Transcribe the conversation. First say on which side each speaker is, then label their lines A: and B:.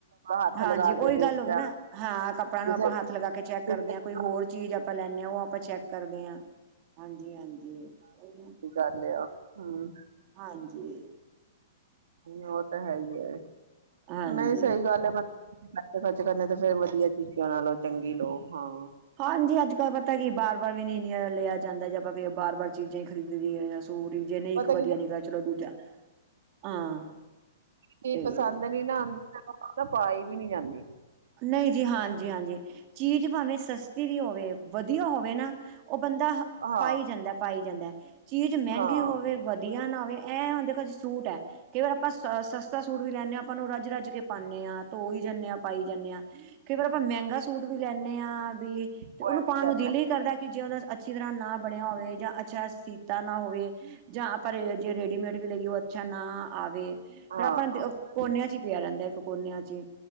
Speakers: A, on the right (about 75°); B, on the right (about 30°).
A: ਹੱਥ
B: ਹਾਂਜੀ
A: ਲਗਾ
B: ਉਓਹੀ
A: ਕੇ
B: ਗੱਲ
A: ਦੇਖਿਆ
B: ਹੋ ਗੀ ਨਾ ਹਾਂ ਕੱਪੜਾ ਨੂੰ
A: ਕਿਸੇ
B: ਆਪਾਂ ਹੱਥ ਲਗਾ ਕੇ ਚੈੱਕ
A: ਕਿਸੇ
B: ਕਰਦੇ
A: ਦੀ
B: ਹਾਂ। ਕੋਈ
A: ਸਲਾਹ
B: ਹੋਰ ਚੀਜ਼ ਆਪਾਂ ਲੈਦੇ ਹਾਂ ਉਹ ਆਪਾਂ ਚੈੱਕ ਕਰਦੇ ਹਾਂ, ਹਾਂਜੀ ਹਾਂਜੀ ਨਾ
A: ਚੱਲਿਆ ਹਮ
B: ਹਾਂਜੀ।
A: ਉਹ ਤਾਂ ਹੈ ਹੀ,
B: ਹਾਂਜੀ
A: ਨਹੀਂ ਸਹੀ ਗੱਲ ਹੈ। ਪੈਸੇ ਖਰਚੇ ਖ਼ਰਚ ਕਰਨੇ ਤੇ ਫੇਰ ਵਧੀਆ ਚੀਜ਼ ਕਿਉਂ ਨਾ ਲਓ, ਚੰਗੀ ਲੋਓ ਹਾਂ
B: ਹਾਂਜੀ ਅੱਜ ਕੱਲ ਪਤਾ ਕਿ ਬਾਰ ਬਾਰ ਵੀ ਨੀ ਲਿਆ ਜਾਂਦਾ ਜੇ ਆਪਾਂ ਕੋਈ ਬਾਰ ਬਾਰ ਚੀਜ਼ਾਂ ਹੀ ਖਰੀਦਦੇਏ ਜਿਹਨੇ
A: ਪਤਾ
B: ਇੱਕ ਵਧੀਆ
A: ਕੀ
B: ਨੀਗਾ ਚਲੋ ਦੂਜਾ, ਹਾਂ
A: ਕੀ
B: ਤੇ
A: ਪਸੰਦ ਨਹੀਂ ਨਾ ਆਉਂਦੀ ਤਾਂ ਪਾਈ ਵੀ ਨਹੀਂ ਜਾਂਦੀ
B: ਨਹੀਂ ਜੀ, ਹਾਂਜੀ ਹਾਂਜੀ। ਚੀਜ਼ ਭਾਵੇਂ ਸਸਤੀ ਵੀ ਹੋਵੇ ਵਧੀਆ ਹੋਵੇ ਨਾ, ਉਹ ਬੰਦਾ
A: ਹਾਂ
B: ਪਾਈ ਜਾਂਦਾ ਪਾਈ ਜਾਂਦਾ, ਚੀਜ਼ ਮਹਿੰਗੀ
A: ਹਾਂ
B: ਹੋਵੇ ਵਧੀਆ ਨਾ ਹੋਵੇ, ਐਂ ਹੁਣ ਦੇਖੋ, ਸੂਟ ਹੈ ਕਈ ਵਾਰ ਆਪਾਂ ਸ ਸਸਤਾ ਸੂਟ ਵੀ ਲੈਂਦੇ ਹਾਂ ਆਪਾਂ ਉਹ ਨੂੰ ਰੱਜ ਰੱਜ ਕੇ ਪਾਉਂਦੇ ਹਾਂ, ਤਾਂ ਵੀ ਜਾਂਦੇ ਹਾਂ ਪਾਈ ਜਾਂਦੇ ਹਾਂ ਕਈ ਫਰ ਆਪਾਂ ਮਹਿੰਗਾ ਸੂਟ ਵੀ ਲੈਂਦੇ ਹਾਂ ਵੀ ਤੇ
A: ਉਹ
B: ਉਹਨੂੰ
A: ਐਵੇਂ
B: ਪਾਉਣ
A: ਜਾਂਦਾ
B: ਨੂੰ ਦਿਲ ਹੀ ਕਰਦਾ ਕਿ ਜੇ ਉਹਦਾ ਅੱਛੀ ਤਰ੍ਹਾਂ ਨਾ ਬਣਿਆ ਹੋਵੇ ਜਾਂ ਅੱਛਾ ਸੀਤਾ ਨਾ ਹੋਵੇ, ਜ ਆਪਾਂ ਜੇ ਰੇਡੀਮੇਡ ਵੀ ਲਈਏ ਅੱਛਾ ਨਾ ਆਵੇ ਫ਼ੇਿਰ
A: ਹਾਂ
B: ਆਪਣਾ
A: ਹਾਂ
B: ਕੋਨਿਆਂ ਚ ਹੀ ਪਿਆ ਰਹਿੰਦਾ ਇੱਕ ਕੋਨਿਆਂ 'ਚ ਹੀ